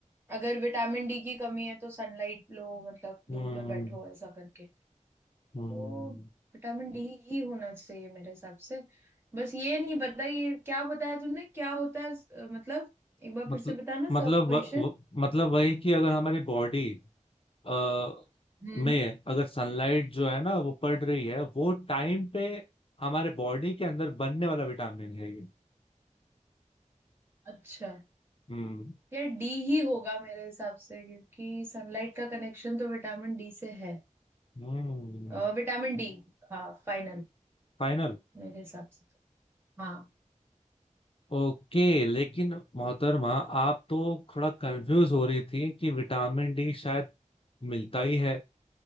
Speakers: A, on the right (about 20°); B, on the left (about 45°).
A: अगर विटामिन डी की कमी है तो सनलाइट लो मतलब धूप
B: हम्म
A: में बैठो ऐसा करके
B: हम्म
A: तो विटामिन डी ही होना चाहिए मेरे हिसाब से बस ये नहीं पता ये क्या बताया तुमने क्या होता है अ, मतलब एक बार
B: मतलब
A: फिर से बताना
B: मतलब
A: सब क्वेश्चन
B: व, व, मतलब वही कि अगर हमारी बॉडी आ
A: हम्म
B: में अगर सनलाइट जो है ना वो पड़ रही है वो टाइम पे हमारे बॉडी के अंदर बनने वाला विटामिन है ये
A: अच्छा
B: हम्म
A: यार डी ही होगा मेरे हिसाब से क्योंकि सनलाइट का कनेक्शन तो विटामिन डी से है
B: हम्म
A: अ, Vitamin D हाँ फाइनल
B: फाइनल
A: मेरे हिसाब से तो हाँ
B: ओके लेकिन मोहतरमा आप तो थोड़ा कंफ्यूज हो रही थी कि विटामिन डी शायद मिलता ही है